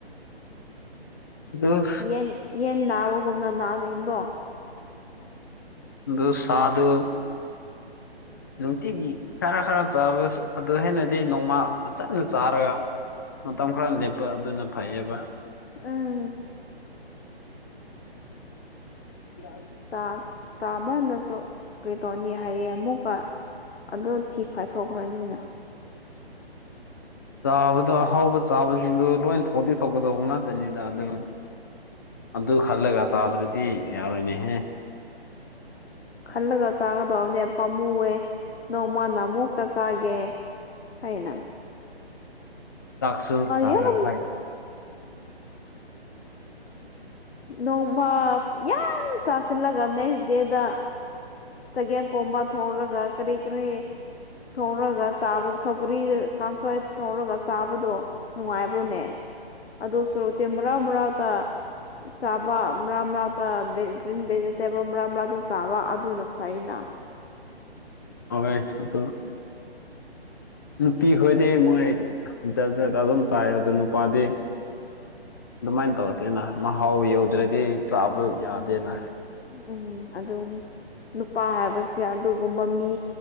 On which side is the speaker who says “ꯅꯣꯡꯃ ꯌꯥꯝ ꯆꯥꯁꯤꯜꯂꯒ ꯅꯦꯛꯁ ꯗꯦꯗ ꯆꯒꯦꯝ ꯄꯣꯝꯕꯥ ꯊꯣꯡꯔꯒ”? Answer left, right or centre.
Left